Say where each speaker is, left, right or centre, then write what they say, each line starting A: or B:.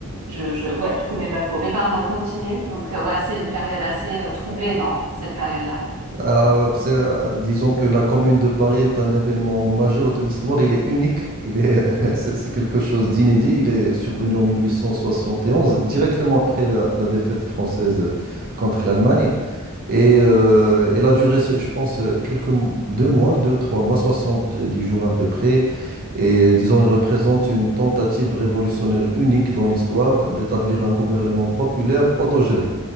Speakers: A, on the right; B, on the right.
A: je je ouais, je connais pas trop. Mais pardon, continue. Donc euh, ouais, c'est une période assez euh, troublée, non? Cette période-là.
B: Ah, ouais, c'est, euh, disons que la Commune de Paris est un événement majeur de l'histoire. Il est unique. Il est, <laughs> c'est c'est quelque chose d'inédit. Il est survenu en 1871, directement après la, la défaite française contre l'Allemagne. Et euh, elle a duré, ce- je pense, euh, quelques mo- deux mois, deux, trois mois, soixante dix jours à peu près. Et disons, elle représente une tentative révolutionnaire unique dans l'histoire d'établir un gouvernement populaire autogéré.